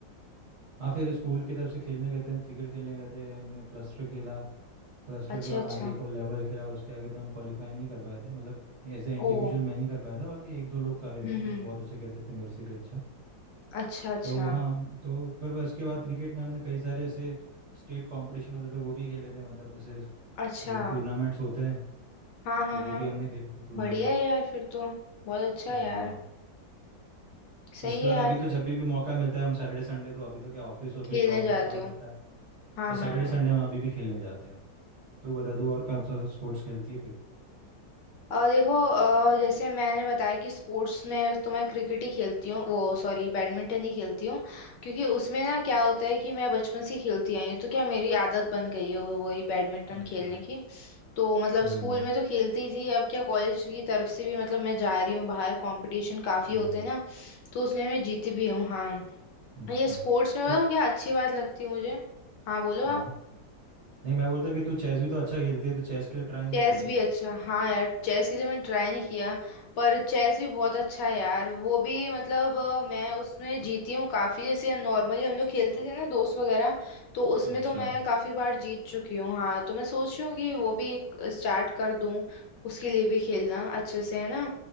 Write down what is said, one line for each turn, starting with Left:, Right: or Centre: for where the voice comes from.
Right: हाँ फिर स्कूल की तरफ से खेलने गए थे हम क्रिकेट खेलने गए थे हमने क्लस्टर खेला क्लस्टर
Left: अच्छा
Right: के बाद
Left: अच्छा
Right: आगे एक और लेवल खेला उसके आगे तो हम क्वालिफाई नहीं कर पाए थे मतलब एज ए इंडिविजुअल
Left: ओ
Right: मैं नहीं कर पाया था बाकी एक दो लोग कर रहे थे
Left: हम्म
Right: उन्होंने
Left: हम्म
Right: बहुत अच्छा खेलते थे मेरे से भी अच्छा
Left: अच्छा अच्छा
Right: तो हाँ तो फिर बस उसके बाद क्रिकेट में हमने कई सारे ऐसे स्टेट कंपटीशन होते थे वो भी खेले थे मतलब ऐसे
Left: अच्छा
Right: जो टूर्नामेंट्स होते हैं
Left: हाँ हाँ
Right: तो वो
Left: हाँ
Right: भी हमने खेले थे टूर्नामेंट्स
Left: बढ़िया है यार फिर तो बहुत अच्छा है
Right: हाँ
Left: यार सही
Right: उसके बाद
Left: है यार
Right: अभी तो जब भी भी मौका मिलता है हम सैटरडे संडे तो अभी तो क्या ऑफिस ऑफिस
Left: खेलने
Right: जॉब
Left: जाते
Right: वॉब काम
Left: हो
Right: रहता है
Left: हाँ
Right: पर सैटरडे
Left: हाँ हाँ
Right: संडे हम अभी भी खेलने जाते हैं तू बता तू और कौन सा स्पोर्ट्स खेलती है फिर
Left: और देखो अ, जैसे मैंने बताया कि स्पोर्ट्स में तो मैं क्रिकेट ही खेलती हूँ वो सॉरी बैडमिंटन ही खेलती हूँ क्योंकि उसमें ना क्या होता है कि मैं बचपन से ही खेलती आई हूँ तो क्या मेरी आदत बन गई है वो- वही बैडमिंटन
Right: अच्छा
Left: खेलने की तो मतलब
Right: हम्म
Left: स्कूल में तो खेलती ही थी अब क्या कॉलेज की तरफ से भी मतलब मैं जा रही हूँ बाहर कंपटीशन काफी
Right: हम्म
Left: होते हैं ना तो उसमें मैं जीती भी हूँ हाँ
Right: अच्छा
Left: ये स्पोर्ट्स में बताऊँ
Right: तो
Left: क्या अच्छी बात लगती है मुझे हाँ बोलो
Right: हाँ
Left: आप
Right: नहीं मैं बोलता कि तू चेस भी तो अच्छा खेलती है तो चेस के लिए ट्राई नहीं
Left: चेस
Right: किया क्या
Left: भी अच्छा हाँ यार चेस के लिए मैंने ट्राई नहीं किया पर चेस भी बहुत अच्छा है यार वो भी मतलब अ, मैं उसमें जीती हूँ काफी जैसे नॉर्मली हम लोग खेलते थे ना दोस्त वगैरह तो उसमें
Right: अच्छा
Left: तो मैं काफी बार जीत चुकी हूँ हाँ तो मैं सोच रही हूँ कि वो भी स्टार्ट कर दूँ उसके लिए भी खेलना अच्छे से है ना